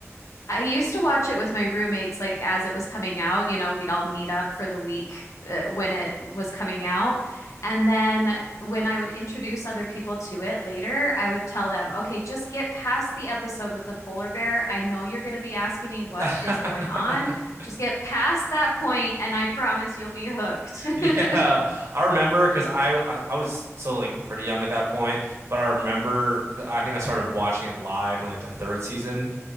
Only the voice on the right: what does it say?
<laughs>
Yeah,
I remember because I, I I was so like pretty young at that point, but I remember 'cause I think I started watching it live in like the third season.